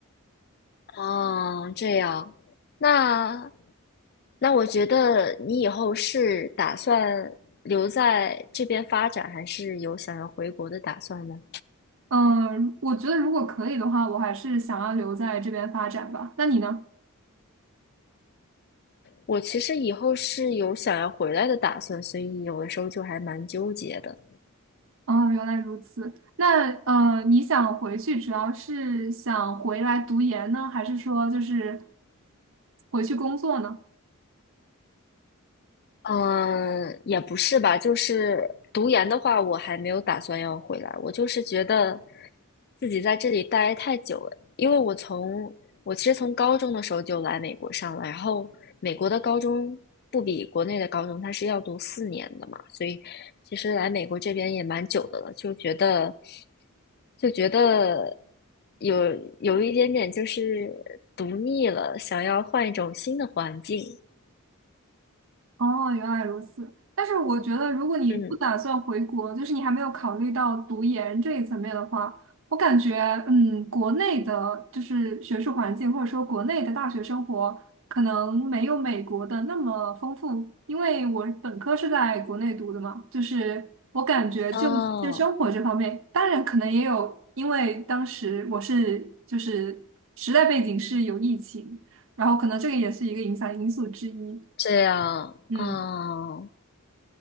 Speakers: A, on the left; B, on the right.
A: 哦，这样，那那我觉得你以后是打算留在这边发展，还是有想要回国的打算呢？
B: 嗯，我觉得如果可以的话，我还是想要留在这边发展吧。那你呢？
A: 我其实以后是有想要回来的打算，所以有的时候就还蛮纠结的。
B: 哦，原来如此。那呃，你想回去主要是想回来读研呢，还是说就是回去工作呢？
A: 嗯，也不是吧，就是读研的话，我还没有打算要回来。我就是觉得自己在这里待太久了，因为我从我其实从高中的时候就来美国上了，然后美国的高中不比国内的高中，它是要读四年的嘛，所以其实来美国这边也蛮久的了，就觉得就觉得有有一点点就是读腻了，想要换一种新的环境。
B: 哦，原来如此。但是我觉得，如果你不打算回国，
A: 嗯，
B: 就是你还没有考虑到读研这一层面的话，我感觉，嗯，国内的就是学术环境，或者说国内的大学生活，可能没有美国的那么丰富。因为我本科是在国内读的嘛，就是我感觉就就生活这方面，
A: 哦。
B: 当然可能也有，因为当时我是就是时代背景是有疫情，然后可能这个也是一个影响因素之一。
A: 这样啊，
B: 嗯。